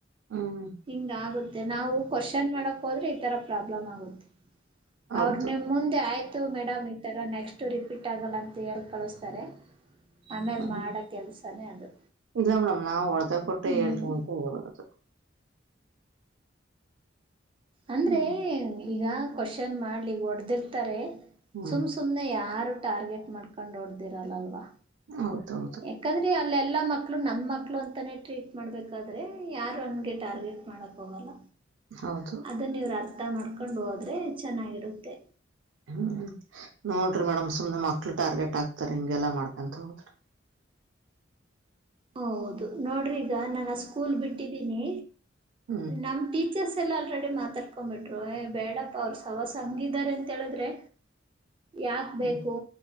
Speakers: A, on the right (about 75°); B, on the right (about 25°).
A: ಹ್ಮ್
B: ಹಿಂಗ ಆಗುದ ಮೆ ನಾವು ಕ್ವಶನ್ ಮಾಡಕ್ ಹೋದ್ರೆ ಈ ತರ ಪ್ರಾಬ್ಲಮ್ ಆಗುತ್ತೆ
A: ಹೌದು
B: ಅವರು ನಿಮ ಮುಂದೆ ಆಯ್ತು ಇ ಮೇಡಮ್ ಈಥರ ನೆಕ್ಸ್ಟ್ ರಿಪೀಟ್ ಆಗಲ್ಲ ಅಂತ ಹೇಳಿ ಕಳಿಸ್ತಾರೆ ಆಮೇಲ್
A: ಹ್ಮ್
B: ಮಾಡ ಕೆಲ್ಸನೇ ಅದು
A: ಇಲ್ಲ ಮೇಡಮ್ ನಾವು ಒಡ್ತಾ ಕೊಟ್ಟೆ
B: ಹ್ಮ್
A: ಹೇಳ್ರಿ ಅಂತ ಹೇಳೇೋದು
B: ಅಂದ್ರೆ
A: ಹ್ಮ್
B: ಈಗ ಕ್ವಶನ್ ಮಾಡ್ಲಿ ಹೊಡೆದಿರ್ತಾರೆ
A: ಹ್ಮ್
B: ಸುಮ್ ಸುಮ್ನೆ ಯಾರು ಟಾರ್ಗೆಟ್ ಮಾಡ್ಕೊಂಡ್ ಓಡ್ದಿರಲ್ಲಲ್ವಾ
A: ಹೌದೌದು
B: ಯಾಕಂದ್ರೆ ಅಲ್ಲೆಲ್ಲ ಎಲ್ಲಾ ಮಕ್ಳು ನಮ್ಮ ಮಕ್ಳು ಅಂತಾನೇ ಟ್ರೀಟ್ ಮಾಡ್ಬೇಕಾದ್ರೆ ಯಾರು ಅನ್ಗೆ ಟಾರ್ಗೆಟ್ ಮಾಡಕ್ ಹೋಗಲ್ಲ
A: ಹೌದು
B: ಅದನ್ನ ಇವರು ಅರ್ಥ ಮಾಡ್ಕೊಂಡು ಹೋದ್ರೆ ಚೆನ್ನಾಗಿರುತ್ತೆ
A: ಹ್ಮ ಹ್ಮ ನೋಡ್ರಿ ಮೇಡಮ್ ಸುಮ್ನೆ ಮಕ್ಳು ಟಾರ್ಗೆಟ್ ಆಗ್ತಾರ ಹಿಂಗೆಲ್ಲಾ ಮಾಡ್ಕಂತ ಹೋದ್ರಿ <inaudible>
B: ಹೌದು ನೋಡ್ರಿ ಈಗ ನಾನು ಆ ಸ್ಕೂಲ್ ಬಿಟ್ಟಿದ್ದೀನಿ
A: ಹ್ಮ್
B: ನಮ ಟೀಚರ್ಸ್ ಲ್ಲ ಆಲ್ರೆಡಿ ಮಾತಾಡ್ಕೊ ಬಿಿಟ್ರು ಏ ಬೇಡಪ್ಪಾ ಅವರು ಸವಾಸ ಹಂಗಿದಾರೆ ಅಂತ ಹೇಳಿದ್ರೆ ಯಾಕ್
A: ಹ್ಮ್
B: ಬೇಕು